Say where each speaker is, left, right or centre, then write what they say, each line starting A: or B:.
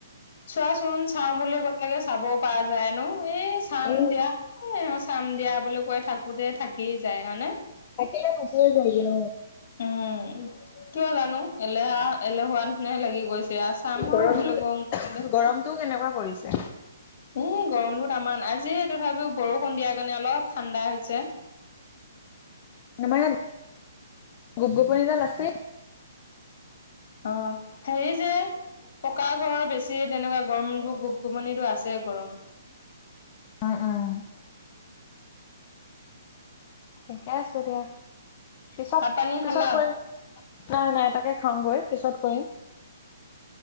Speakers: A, on the left (about 45°); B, on the left (about 25°).
A: চোৱাচোন চাও বুলি গ'লেগে চাব পৰা যায়নো এই চাম
B: উম,
A: দিয়া চাম দিয়া বুলি কৈ থাকোতে থাকি যায় হয় নে
B: তাকিল ভাক যাইগ ন
A: উম কিয় জানো এলেহা এলেহোৱা নিচিনা লাগি গৈছে চ আছাম
B: গৰমটো
A: বোলে কওঁ কওঁতে
B: গৰমটোও কেনেকুৱা পৰিছে।
A: এ গৰমটো তামান আজি তথাপিও বৰষুণ দিয়াৰ কাৰণে অলপ ঠাণ্ডা হৈছে
B: আমাৰ ইয়াত গোপ গোপনডাল আছে
A: অ সেৰি যে পকা ঘৰৰ বেছি তেনেকুৱা গৰমবোৰ গোপ গোপনিটো আছে গৰম
B: উম উম সেইকেছেৰিয়াা পিছত
A: ভাত পানী
B: পিছত
A: খালা?
B: কৰিৈ নাই নাই তাকে খাওঁগৈ পিছত কৰিম